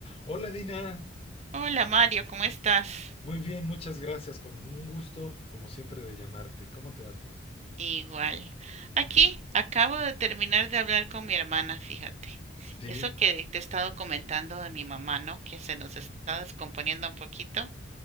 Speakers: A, on the left; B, on the right.
A: Hola Dina,
B: Hola Mario, ¿cómo estás?
A: muy bien, muchas gracias, con un gusto como siempre de llamarte. ¿Cómo te va a ti?
B: Igual. Aquí acabo de terminar de hablar con mi hermana, fíjate.
A: Sí,
B: Eso que te he estado comentando de mi mamá, ¿no? Que se nos está descomponiendo un poquito.